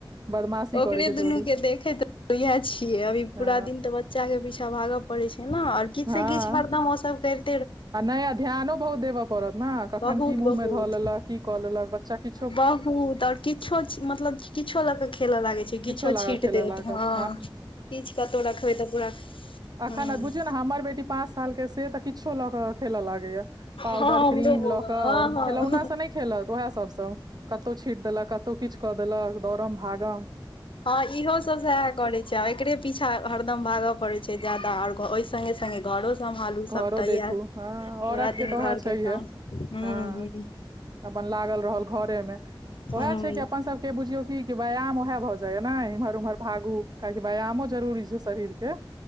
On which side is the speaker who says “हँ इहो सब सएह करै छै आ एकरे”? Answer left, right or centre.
Left